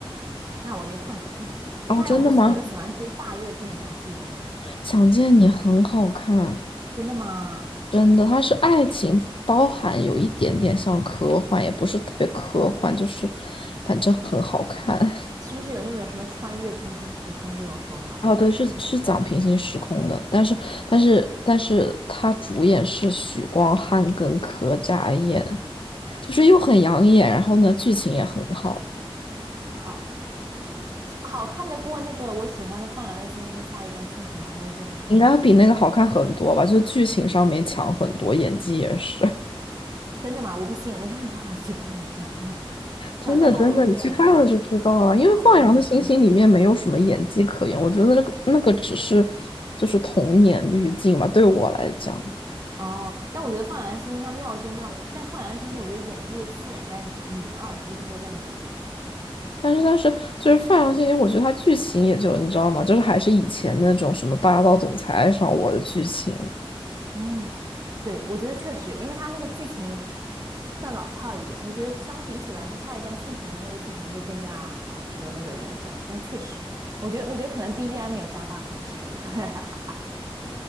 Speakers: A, on the right; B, on the left.
A: 那我没看过，<laughs> 我发现我不是那种喜欢追大热电视剧的那种人
B: 哦，真的吗？想见你很好看，
A: 真的吗？
B: 真的，它是爱情，包含有一点点像科幻，也不是特别科幻，就是反正很好看。
A: 是不是有那种什么穿越平行时空这种说法的东西？
B: 哦，对，是是讲平行时空的，但是但是但是它主演是许光汉跟柯佳燕，就是又很养眼，然后呢剧情也很好，
A: 好好看得过那个我喜欢的《放羊的星星》跟《下一站幸福》吗？还是说是同级？
B: 应该比那个好看很多吧，就剧情上面强很多，演技也是。
A: 真的吗？我不信，我得到时候去看一看，
B: 真的真的，
A: 挑战到了我最爱的台剧。
B: 你去看了就知道了。因为《放羊的星星》里面没有什么演技可言，
A: 好，我到时候去看。
B: 我觉得那个那个只是就是童年滤镜吧，对我来讲。
A: 哦，但我觉得放羊的星星它妙就妙，但放羊的星星我觉得演技的戏演在女二，不是说在女主。
B: 但是但是就是《放羊星星》，我觉得它剧情也就你知道吗？就是还是以前那种什么霸道总裁爱上我的剧情。
A: 嗯，对，我觉得确实，因为它那个剧情算老套一点，我觉得相比起来说，《下一站幸福》的那个剧情会更加好和那个人设，但确实，我觉得我觉得可能 BGM 有加大分是真的。<laughs>